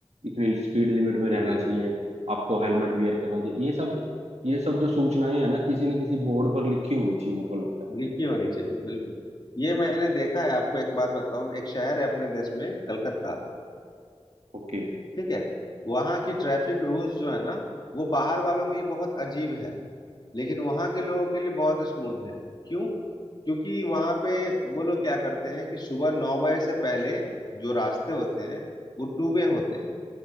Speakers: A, on the right; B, on the left.
A: इतनी स्पीड लिमिट में
B: जी
A: रहना
B: बिल्कुल
A: चाहिए आपको हेलमेट वियर करना चाहिए ये सब ये सब जो सूचनाएं है ना किसी न किसी बोर्ड पर लिखी होनी चाहिए मेरे को लगता है
B: लीची होनी चाहिए बिल्कुल ये मैंने देखा है आपको एक बात बताऊं एक शहर है अपने देश में कलकत्ता
A: ओके
B: ठीक है वहां की ट्रैफिक रूल्स जो है ना वो बाहर वालों के लिए बहुत अजीब है लेकिन वहां के लोगों के लिए बहुत स्मूथ है क्यों क्योंकि वहां पे वो लोग क्या करते हैं कि सुबह नौ बजे से पहले जो रास्ते होते हैं वो टू वे होते हैं